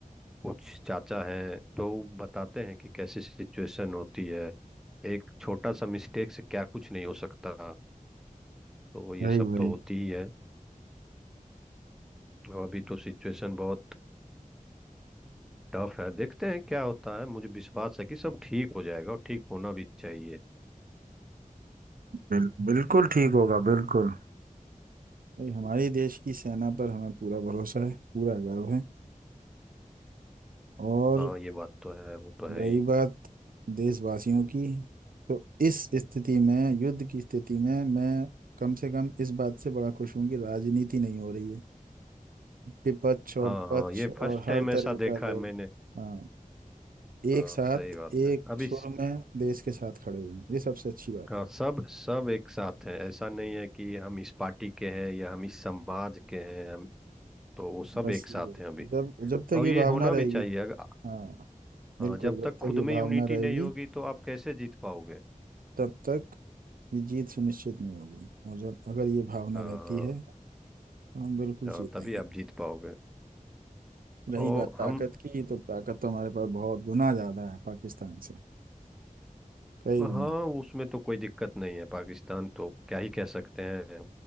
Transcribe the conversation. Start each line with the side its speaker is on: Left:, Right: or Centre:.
Centre: कुछ चाचा हैं तो वो बताते हैं कि कैसी सिचुएशन होती है एक छोटा सा मिस्टेक से क्या कुछ नहीं हो सकता तो ये
Right: वही
Centre: सब
Right: वही
Centre: तो होती ही है और अभी तो सिचुएशन बहुत टफ है देखते हैं क्या होता है मुझे विश्वास है कि सब ठीक हो जाएगा और ठीक होना भी चाहिए
Right: बिल, बिल्कुल ठीक होगा बिल्कुल भाई हमारे देश की सेना पर हमें पूरा भरोसा है पूरा गर्व है और
Centre: हाँ ये बात तो है वो तो है
Right: रही
Centre: ही
Right: बात देशवासियों की तो इस स्थिति में युद्ध की स्थिति में मैं कम से कम इस बात से बड़ा खुश हूं कि राजनीति नहीं हो रही है विपक्ष और
Centre: हाँ हाँ
Right: पक्ष
Centre: ये
Right: और
Centre: फर्स्ट टाइम
Right: हर
Centre: ऐसा
Right: तरह
Centre: देखा
Right: का दल
Centre: है मैंने
Right: हाँ एक
Centre: हाँ
Right: साथ
Centre: सही बात
Right: एक
Centre: है अभी
Right: सुर
Centre: स-
Right: में देश के साथ खड़े हुए हैं ये सबसे अच्छी बात
Centre: हाँ,
Right: है
Centre: सब सब एक साथ हैं ऐसा नहीं है कि हम इस पार्टी के हैं या हम इस समाज के हैं हम तो वो सब
Right: बस
Centre: एक साथ
Right: ये
Centre: हैं अभी
Right: जब जब तक
Centre: और
Right: ये
Centre: ये
Right: भावना
Centre: होना
Right: रहेगी
Centre: भी चाहिए अगर
Right: हाँ बिल्कुल
Centre: हाँ जब
Right: जब
Centre: तक
Right: तक
Centre: खुद
Right: ये
Centre: में
Right: भावना
Centre: यूनिटी
Right: रहेगी
Centre: नहीं होगी तो आप कैसे जीत पाओगे
Right: तब तक ये जीत सुनिश्चित नहीं होगी और जब अगर ये भावना
Centre: हाँ
Right: रहती
Centre: हाँ
Right: है तो हम बिल्कुल
Centre: हाँ
Right: जीतेंगे
Centre: तभी आप जीत पाओगे
Right: रही
Centre: और
Right: बात ताकत
Centre: हम
Right: की तो ताकत तो हमारे पास बहुत गुना ज्यादा है पाकिस्तान से कई
Centre: हाँ
Right: गुना ज्यादा
Centre: उसमें तो कोई दिक्कत नहीं है पाकिस्तान तो क्या ही कह सकते हैं